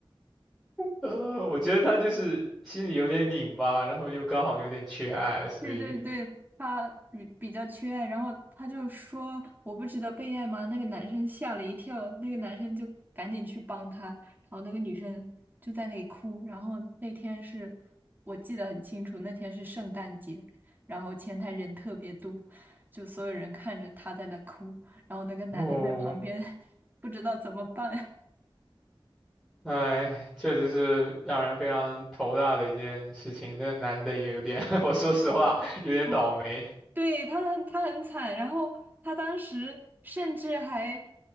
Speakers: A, in the centre; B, on the right.
A: 呃，我觉得他就是心里有点拧巴，然后又刚好有点缺爱，所以，
B: 对对对，他比比较缺爱，然后他就说我不值得被爱吗？那个男生吓了一跳，那个男生就赶紧去帮他，然后那个女生就在那里哭。然后那天是我记得很清楚，那天是圣诞节，然后前台人特别多，就所有人看着他在那哭，然后那个男的在旁边
A: 哦，
B: <laughs> 不知道怎么办。
A: 哎，确实是让人非常头大的一件事情。这个男的也有点，<laughs> 我说实话，有点倒霉。
B: <laughs> 对，他很他很惨，然后他当时甚至还